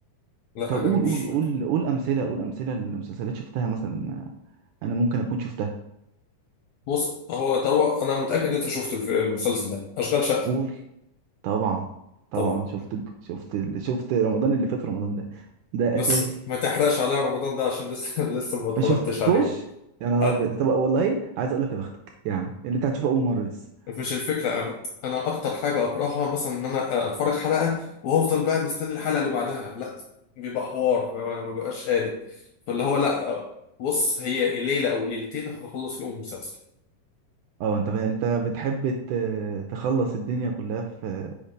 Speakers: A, on the left; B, on the right.
A: لا
B: طب
A: انا
B: قول
A: مش
B: قول
A: فاكر
B: قول قول امثله قول امثله لمسلسلات شفتها مثلا آه، انا ممكن اكون شفتها
A: بص هو طبعا انا متاكد ان انت شفت الف- المسلسل ده اشغال شقه
B: قول طبعا طبعا
A: طبعا
B: شفت شفت شفت رمضان اللي فات رمضان ده ده
A: بس
B: اساسي
A: ما تحرقش عليا رمضان ده عشان لسه <laughs> لسه ما اتفرجتش
B: ما شفتوش
A: عليه
B: يا نهار
A: أ-
B: ابيض طب والله عايز اقول لك يا بختك يعني اللي انت هتشوفه اول مره لسه
A: مش الفكره انا أنا اكتر حاجه اكرهها مثلا ان انا اتفرج حلقه وافضل بقى مستني الحلقه اللي بعدها لا بيبقى حوار ما ما بقاش قادر فاللي هو لا بص هي ليله او ليلتين هخلص فيهم المسلسل
B: اه انت انت بتحب ت- تخلص الدنيا كلها في